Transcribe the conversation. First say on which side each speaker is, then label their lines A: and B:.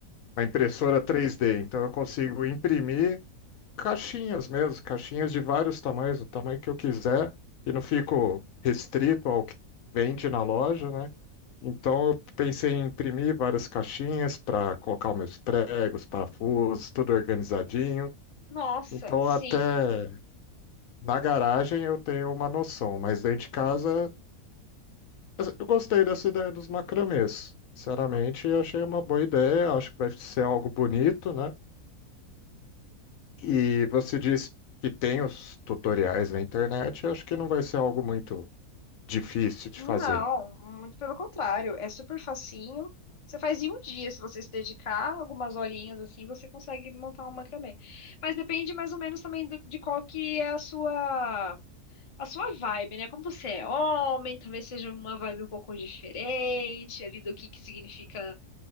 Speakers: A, on the left; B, on the left.
A: uma impressora 3D. Então eu consigo imprimir caixinhas mesmo, caixinhas de vários tamanhos, o tamanho que eu quiser, e não fico restrito ao que vende na loja, né? Então eu pensei em imprimir várias caixinhas para colocar os meus pregos, parafusos, tudo organizadinho.
B: Nossa,
A: Então
B: sim.
A: até na garagem eu tenho uma noção, mas dentro de casa eu gostei dessa ideia dos macramês. Sinceramente,
B: V-
A: eu achei uma boa ideia, acho que vai ser algo bonito, né? E você disse que tem os tutoriais na internet, eu acho que não vai ser algo muito difícil de
B: Não,
A: fazer.
B: muito pelo contrário. É super facinho. Você faz em um dia, se você se dedicar algumas horinhas assim, você consegue montar um macramê. Mas depende mais ou menos também do- de qual que é a sua a sua vibe, né? Como você é homem, talvez seja uma vibe um pouco diferente ali do que que significa